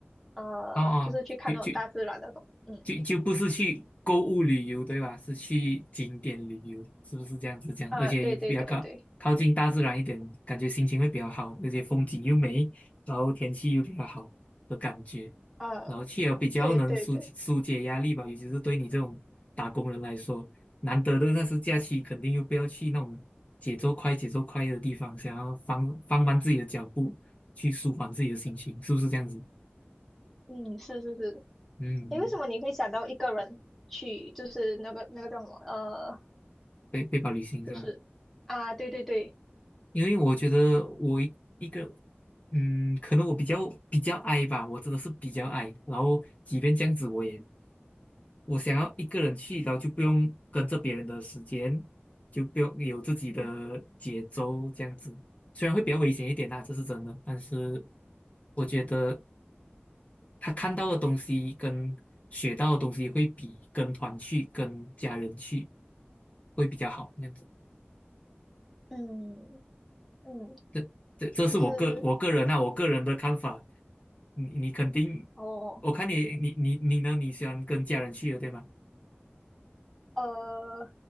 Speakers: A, in the centre; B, on the left.
A: 呃，
B: 哦哦，
A: 就是去看那种大自然的东，
B: 就就
A: 嗯，
B: 就就不是去购物旅游，对吧？是去景点旅游，是不是这样子讲？
A: 啊，
B: 而且又比较靠靠近大自然一点，
A: 对对对对，
B: 感觉心情会比较好，而且风景又美，然后天气又比较好的感觉，
A: 啊，
B: 然后去了比较能疏疏解压力吧，
A: 对对对，
B: 尤其是对你这种打工人来说，难得的那是假期，肯定又不要去那种节奏快、节奏快的地方，想要放放慢自己的脚步，去舒缓自己的心情，是不是这样子？
A: 嗯，是是是，
B: 嗯嗯。
A: 诶，为什么你会想到一个人去，就是那个那个叫什么，呃，
B: 背背包旅行是吧？
A: 就是啊，对对对，
B: 因为我觉得我一一个，嗯，可能我比较比较 i 吧，我真的是比较 i。然后即便这样子，我也我想要一个人去，然后就不用跟着别人的时间，就不用有自己的节奏这样子。
A: 嗯
B: 虽然会比较危险一点啦，这是真的，但是我觉得他看到的东西跟学到的东西会比跟团去、跟家人去会比较好。样子。
A: 嗯嗯，
B: 这这这是我个我个人啊，
A: 就是
B: 我个人的看法。你你肯定，
A: 哦，
B: 我看你你你你呢？你喜欢跟家人去的，对吗？
A: 呃，